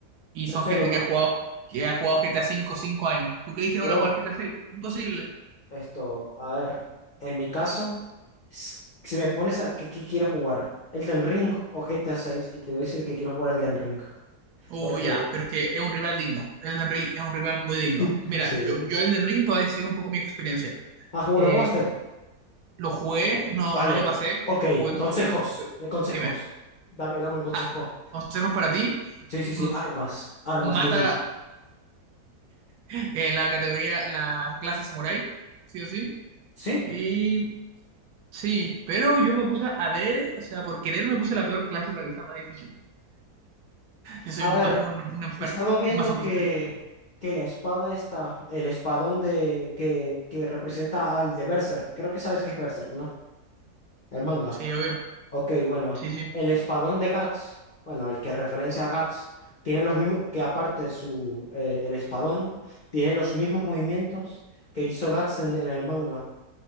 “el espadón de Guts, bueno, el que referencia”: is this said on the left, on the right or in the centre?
Left